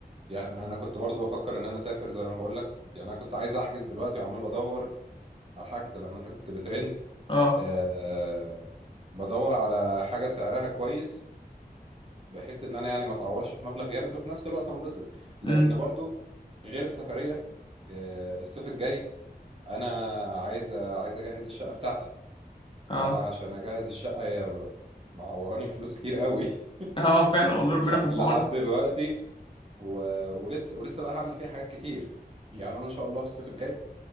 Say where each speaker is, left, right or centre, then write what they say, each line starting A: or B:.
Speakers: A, on the right; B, on the left.
A: يعني انا كنت برضو بفكر ان انا اسافر زي ما بقول لك يعني انا كنت عايز احجز دلوقتي وعمال بدور على الحجز لما انت كنت بترن
B: اه
A: آه بدور على حاجة سعرها كويس بحيث ان انا يعني ما اتعورش في مبلغ جامد وفي نفس الوقت انبسط لان
B: امم
A: برضو غير السفريه آه، الصيف الجاي انا عايز عايز اجهز الشقه بتاعتي
B: اه
A: فانا عشان اجهز الشقه هي ب- معوراني فلوس كتير قوي <laughs>
B: اه فعلا والله ربنا
A: لا
B: يكون
A: لحد
B: في عونك
A: دلوقتي و... ولسه ولسه بقى هعمل فيها حاجات كتير يعني انا ان شاء الله في الصيف الجاي